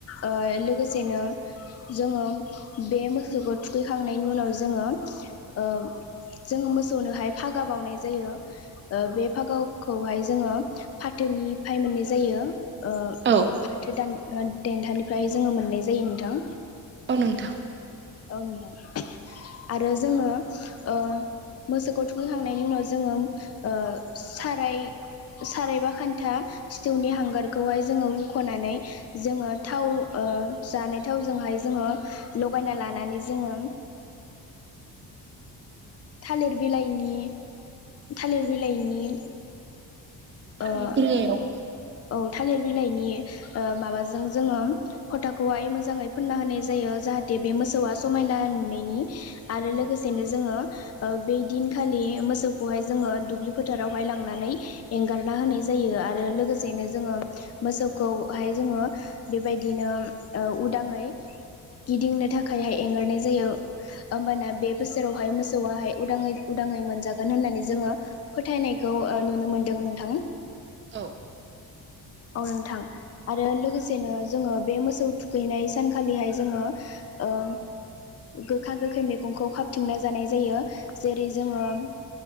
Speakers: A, on the left; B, on the right.
A: ओ लोगोसेनो जोङो बे मोसौखौ थुखैखांनायनि उनाव जोङो जोङो मोसौनोहाय फागा बावनाय जायो। ओ बे फागावखौहाय जोङो फाथोनिफ्राय मोननाय जायो। ओ
B: औ
A: फाथो दान देथानिफ्राय जोङो मोननाय जायो नोंथां।
B: औ नोंथां।
A: औ नोंथां आरो जोङो ओ मोसौखौ थुखैखांनायनि उनाव जोङो ओ साराय सारायबा खान्था सिथवनि हांगार खौहाय जोङो हुख'नानै जोङो थाव जानाय थावजोंहाय जोङो लगायना लानानै जोङो थालिर बिलाइनि थालिर बिलाइनि
B: थालि
A: ओ
B: बिलायाव
A: औ थालिर बिलाइनि ओ माबाजों जोङो फोटाखौहाय मोजाङै फुनना होनाय जायो जाहाथे दे बे मोसौआ समायना नुनायनि आरो
B: औ
A: लोगोसेनो जोङो ओ बै दिनखालि मोसौखौहाय जोङो दुब्लि फोथारावहाय लांनानै एंगारना होनाय जायो आरो लोगोसे सेनो जोङो मोसौखौहाय जोङो बेबायदिनो उदाङै गिदिंनो थाखायहाय एंगारनाय जायो होमबाना बे बोसोरावहाय मोसौआाहाय उदाङै उदाङै मोनजागोन होननानै जोङो फोथायनायखौ ओ नुनो मोनदों नोंथां
B: औ
A: औ नोंथां आरो लोगोसेनो जोङो बे मोसौ थुखैनाय सानखालिहाय जोङो ओ गोखा-गोखै मैगंखौ खाबथिंनो जानाय जायो जेरै जोङो